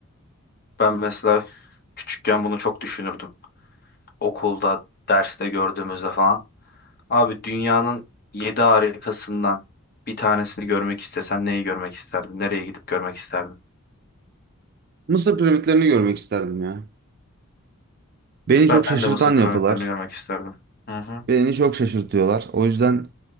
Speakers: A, on the left; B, on the right.
A: Ben mesela küçükken bunu çok düşünürdüm. okulda, derste gördüğümüzde falan. Abi dünyanın yedi harikasından bir tanesini görmek istesen neyi görmek isterdin? Nereye gidip görmek isterdin?
B: Mısır piramitlerini görmek isterdim ya. Beni çok
A: Ben
B: şaşırtan
A: de Mısır piramitlerini
B: yapılar.
A: görmek isterdim. Hı hı.
B: Beni çok şaşırtıyorlar. O yüzden